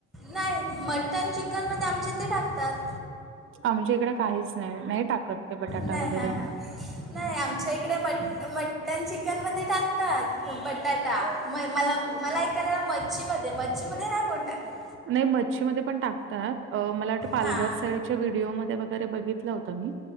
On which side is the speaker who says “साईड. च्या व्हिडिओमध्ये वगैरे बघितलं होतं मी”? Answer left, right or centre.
Right